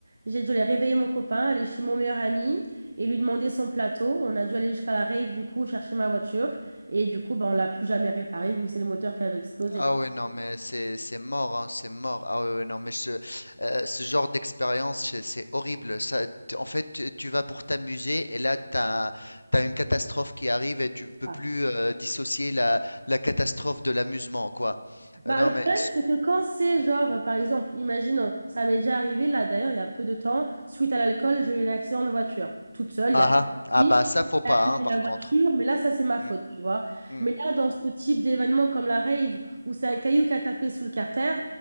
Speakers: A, on the right (about 60°); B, on the left (about 80°).
A: J'ai dû aller réveiller mon copain, aller chez mon meilleur ami et lui demander son plateau. On a dû aller jusqu'à la rave, du coup, chercher ma voiture. Et du coup, bah, on l'a plus jamais réparée vu que c'est le moteur qui avait explosé.
B: Ah ouais, non, mais c'est, c'est mort, hein, c'est mort. Ah ouais, ouais, non, mais ce, euh, ce genre d'expérience, c'est c'est horrible. Ça, t- en fait, tu tu vas pour t'amuser et là, t'as, t'as une catastrophe qui arrive et tu peux
A: Ah.
B: plus euh, dissocier la, la catastrophe de l'amusement, quoi.
A: Bah,
B: Euh, non,
A: le
B: mais...
A: problème, c'est que quand c'est genre, euh, par exemple, imaginons, ça m'est déjà arrivé là, d'ailleurs, il y a peu de temps, suite à l'alcool, j'ai eu un accident de voiture, toute seule, il
B: Ah,
A: y a pas de
B: ah.
A: souci.
B: Ah bah, ça, faut pas,
A: à abîmer
B: hein, par
A: la voiture,
B: contre.
A: mais là, ça, c'est ma
B: Mm,
A: faute, tu vois.
B: mm.
A: Mais là, dans ce type d'événement comme la rave, où c'est un caillou qui a tapé sous le carter,